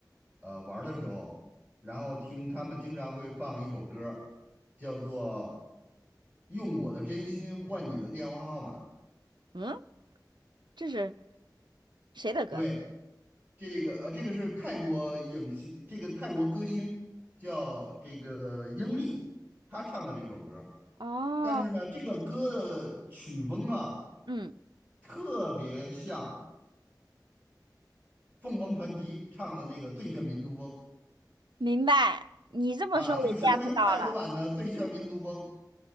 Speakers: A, on the right (about 20°); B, on the right (about 90°).
A: 呃玩儿的时候，然后听他们经常会放一首歌儿叫做《用我的真心换你的电话号码》。
B: 嗯，这是谁的歌？
A: 对，这个呃，这个是泰国影星，这个泰国歌星叫这个英丽，她唱的这首歌。
B: 哦，
A: 但是呢，这个歌的曲风啊，
B: 嗯，
A: 特别像凤凰传奇唱的那个《最炫民族风》
B: 明白。你这么说，
A: 啊，
B: 我
A: 就相当于泰国版的《最炫民族风》。
B: get 到了。